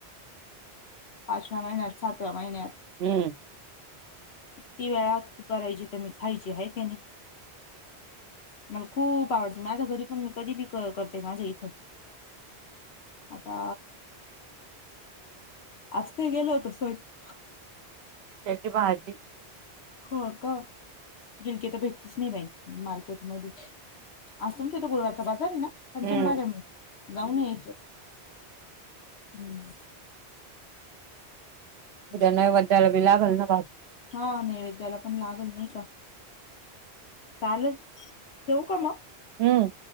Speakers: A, on the left; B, on the right.
A: पाचव्या महिन्यात सातव्या महिन्यात
B: हम्म
A: किती वेळा तू करायची <inaudible> खायची आहे त्याने मला खूप आवडते माझ्या घरी पण मी कधी बी क करते माझ्या इथं आता आज काही केल होतं स्वयंपा
B: त्याची भाजी
A: हो का <inaudible> तर भेटतीच नाही बाई मार्केटमध्ये आज तुमच्या इथं गुरूवारचा बाजार आहे ना छान
B: हम्म
A: छान बाजार मिळतो जाऊन यायचं हम् <unintelligible>
B: उद्या नैवेद्याला बी लागल ना भाजी.
A: पण लागल नाही का चालेल ठेवू का मग
B: हम्म.